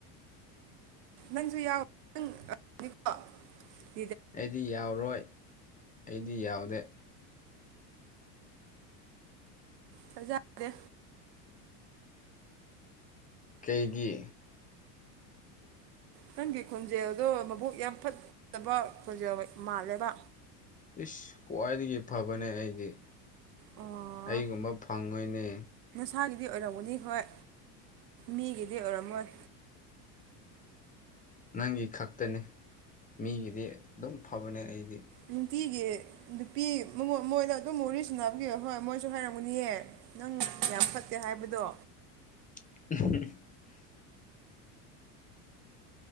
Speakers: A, on the right (about 80°); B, on the left (about 15°).
A: ꯅꯪꯁꯨ ꯌꯥꯎ ꯅꯪ <unintelligible>
B: ꯑꯩꯗꯤ ꯌꯥꯎꯔꯣꯏ ꯑꯩꯗꯤ ꯌꯥꯎꯗꯦ
A: ꯊꯥꯖꯗꯦ
B: ꯀꯩꯒꯤ
A: ꯅꯪꯒꯤ ꯈꯣꯟꯖꯦꯜꯗꯣ ꯃꯕꯨꯛ ꯌꯥꯝ ꯐꯠꯇꯕ ꯈꯣꯟꯖꯦꯜ ꯃꯥꯜꯂꯦꯕ
B: ꯏꯁ ꯈ꯭ꯋꯥꯏꯗꯒꯤ ꯐꯕꯅꯦ ꯑꯩꯗꯤ
A: ꯑꯣ
B: ꯑꯩꯒꯨꯝꯕ ꯐꯪꯉꯣꯏꯅꯦ
A: ꯁꯥꯒꯤꯗꯤ ꯑꯣꯏꯔꯝꯒꯅꯤ ꯍꯣꯏ ꯃꯤꯒꯤꯗꯤ ꯑꯣꯏꯔꯝꯃꯣꯏ
B: ꯅꯪꯒꯤ ꯈꯛꯇꯅꯤ ꯃꯤꯒꯤꯗꯤ ꯑꯗꯨꯝ ꯐꯕꯅꯦ ꯑꯩꯗꯤ
A: ꯅꯨꯡꯇꯤꯒꯤ ꯅꯨꯄꯤ ꯃꯣꯃꯣ ꯃꯣꯏꯗ ꯑꯗꯨꯝ ꯋꯥꯔꯤ ꯁ꯭ꯅꯥꯕꯒꯤ ꯍꯣꯏ ꯃꯣꯏꯁꯨ ꯍꯥꯏꯔꯝꯒꯅꯤꯌꯦ ꯅꯪ ꯌꯥꯝ ꯐꯠꯇꯦ ꯍꯥꯏꯕꯗꯣ
B: <unintelligible>